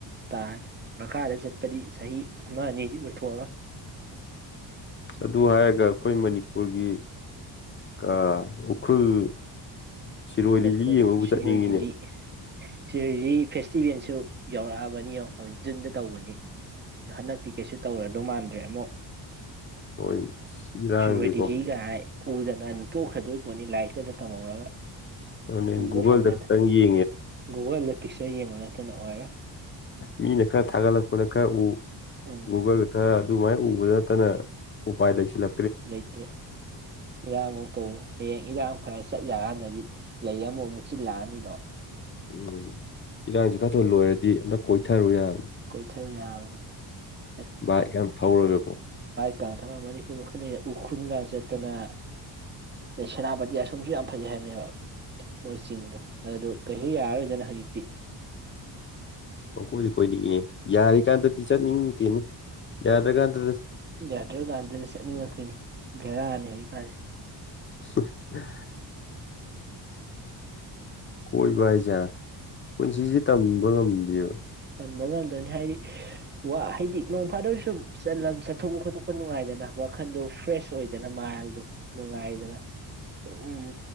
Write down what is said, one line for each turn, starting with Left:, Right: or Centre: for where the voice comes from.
Right: ꯇꯥꯅꯤ ꯃꯈꯥꯗ ꯆꯠ ꯍꯥꯏꯗꯤ ꯆꯍꯤ ꯑꯃ ꯑꯅꯤꯗꯤ ꯑꯣꯏꯊꯣꯛꯑꯔꯣꯏ
Left: ꯑꯗꯨ ꯍꯥꯏꯔꯒ ꯑꯩꯈꯣꯏ ꯃꯅꯤꯄꯨꯔꯒꯤ ꯑ ꯎꯈ꯭ꯔꯨꯜ ꯁꯤꯔꯣꯏ
Right: ꯀꯈ
Left: ꯂꯤꯂꯤ ꯌꯦꯡꯕꯕꯨ
Right: ꯁꯤꯔꯣꯏ
Left: ꯆꯠꯅꯤꯡꯉꯤꯅꯦ
Right: ꯂꯤꯂꯤ ꯁꯤꯔꯣꯏ ꯂꯤ ꯐꯦꯁꯇꯤꯚꯦꯜꯁꯨ ꯌꯧꯔꯛꯑꯕꯅꯤ ꯌꯧꯔꯛ ꯖꯨꯟꯗ ꯇꯧꯕꯅꯤ ꯑꯗꯣ ꯍꯟꯗꯛꯇꯤ ꯀꯩꯁꯨ ꯇꯧꯔꯗꯧ ꯃꯥꯟꯗ꯭ꯔꯦ ꯑꯃꯨꯛ
Left: ꯍꯣꯏ ꯑꯁ ꯏꯔꯥꯡꯁꯦꯀꯣ
Right: ꯊꯔꯣꯏꯗꯤꯂꯤꯒ ꯍꯥꯏ ꯎꯗꯅ ꯑꯗꯨꯝ ꯇꯣꯛꯈꯗꯣꯏ ꯄꯣꯠꯅꯤ ꯂꯥꯏꯔꯤꯛꯇꯗ ꯇꯝꯍꯧꯔꯒ
Left: ꯑ
Right: ꯎꯕ
Left: ꯨꯒꯜꯗ
Right: ꯐꯪꯗꯅ
Left: ꯇꯪꯒꯤ
Right: ꯒꯨꯒꯜꯗ ꯄꯤꯛꯆꯔ ꯌꯦꯡꯕ ꯅꯠꯇꯅ ꯑꯣꯏꯔꯔꯣꯏ
Left: ꯃꯤ ꯅꯥ ꯊꯒ ꯂꯄꯥ ꯎ
Right: ꯎꯝ
Left: ꯒꯨꯒꯜ ꯈꯔ ꯑꯗꯨꯃꯥꯏꯅ ꯎꯕꯗ ꯅꯠꯇꯅ ꯎꯄꯥꯏ ꯂꯩꯁꯤꯜꯂ
Right: ꯂꯩꯇ꯭ꯔꯦ ꯏꯔꯥꯡꯃꯨ ꯇꯧ ꯍꯌꯦꯡ ꯏꯔꯥꯡ ꯐꯔꯁꯤ ꯆꯠꯂꯀꯥꯟꯗꯗꯤ ꯂꯩ ꯑꯃꯨꯛ ꯃꯨꯠꯁꯤꯤꯜꯂꯛꯑꯅꯤꯗꯣ
Left: ꯎꯝ ꯏꯔꯥꯡꯁ ꯀꯥꯊꯣꯛ ꯂꯣꯏꯔꯗꯤ ꯑꯝꯇ ꯀꯣꯏꯊꯔꯨ ꯌꯥꯕ
Right: ꯀꯣꯏꯊꯔꯨ <unintelligible>
Left: ꯥꯏ ꯌꯥꯝ ꯊꯧꯔꯕꯣ
Right: ꯀꯥꯡꯊꯔꯒ ꯃꯅꯤꯄꯨꯔ ꯃꯈ ꯈꯅꯩ ꯎꯈ꯭ꯔꯨꯜꯒ ꯆꯠꯇꯅ ꯑꯗꯩ ꯁꯦꯅꯥꯄꯇꯤ ꯑꯁꯣꯝꯁꯨ ꯌꯥꯝ ꯐꯖꯩ ꯍꯥꯏꯕꯅꯦꯕ ꯃꯣꯏꯁꯤꯡꯗꯣ ꯑꯗꯨ ꯀꯩꯁꯨ ꯌꯥꯔꯔꯣꯏꯗꯅ ꯍꯧꯖꯤꯛꯇꯤ
Left: <unintelligible> ꯑꯩ ꯀꯣꯏꯗꯤ ꯀꯣꯏꯅꯤꯡꯉꯦ ꯌꯥꯔꯤꯀꯥꯟꯗꯗꯤ ꯆꯠꯅꯤꯡꯗꯦꯅꯦ ꯌꯥꯗ꯭ꯔꯀꯥꯟꯗ
Right: ꯌꯥꯗ꯭ꯔꯀꯥꯟꯗꯗꯤ ꯆꯠꯅꯤꯡꯉꯛꯀꯤꯅꯤ ꯒꯦꯔꯥꯑꯅꯤ ꯍꯧꯖꯤꯛꯀꯥꯟꯁ‌ꯦ
Left: <unintelligible>
Right: <unintelligible>
Left: ꯀꯣꯏꯕ ꯍꯥꯏꯁꯦ ꯄꯨꯟꯁꯤꯁꯦ ꯇꯝꯕ ꯉꯝꯗꯦꯕ
Right: ꯇꯝꯕ ꯉꯝꯗꯣꯏꯅꯤ ꯍꯥꯏꯗꯤ ꯋꯥ ꯍꯥꯏꯗꯤ ꯅꯣꯡ ꯐꯥꯗꯕ ꯁꯨꯝ ꯆ ꯆꯠꯊꯣꯛꯄ ꯈꯣꯠꯇꯣꯛꯄ ꯅꯨꯡꯉꯥꯏꯗꯅ ꯋꯥꯈꯟꯗꯣ ꯐ꯭ꯔꯦꯁ ꯑꯣꯏꯗꯅ ꯃꯥꯏꯜꯗꯣ ꯅꯨꯡꯉꯥꯏꯗꯅ ꯎꯝ